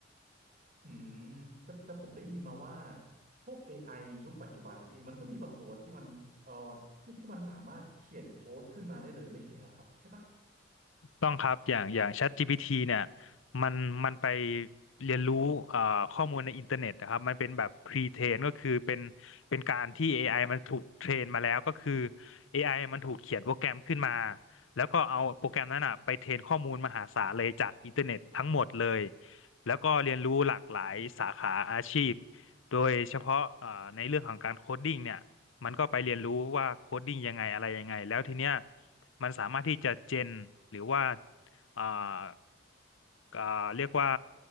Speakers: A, on the right (about 40°); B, on the left (about 80°).
A: อืมแต่แต่ผมได้ยินมาว่าพวก a อไอยุคปัจจุบันนะพี่มันก็มีบางตัวที่มันเอ่อที่ที่มันสามารถเขียนโค้ดขึ้นมาได้เลยไม่ใช่เหรอครับใช่ปะ
B: ต้องครับอย่างอย่าง ChatGPT เนี่ยมันมันไปเรียนรู้เอ่อข้อมูลในอินเทอร์เน็ตนะครับมันเป็นแบบ pre-train ก็คือเป็นเป็นการที่ AI มันถูกเทรนมาแล้วก็คือ AI มันถูกเขียนโปรแกรมขึ้นมาแล้วก็เอาโปรแกรมนั้นอ่ะไปเทรนข้อมูลมหาศาลเลยจากอินเทอร์เน็ตทั้งหมดเลยแล้วก็เรียนรู้หลากหลายสาขาอาชีพโดยเฉพาะเอ่อในเรื่องของการโคดดิ้งเนี่ยมันก็ไปเรียนรู้ว่าโคดดิ้งยังไงอะไรยังไงแล้วทีเนี้ย มันสามารถที่จะเจนหรือว่าอ่าอ่าเรียกว่า